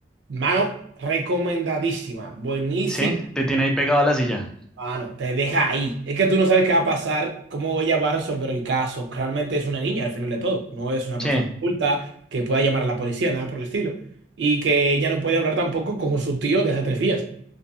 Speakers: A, on the right (about 80°); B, in the centre.
A: Mano, recomendadísima, buenísima.
B: sí, te tiene ahí pegado a la silla.
A: Mano, te deja ahí. Es que tú no sabes qué va a pasar, cómo ella va a resolver el caso. Realmente es una niña al final de todo. No es una
B: Sí,
A: persona adulta que pueda llamar a la policía, nada por el estilo. Y que ella no puede hablar tampoco con su tío de hace tres días.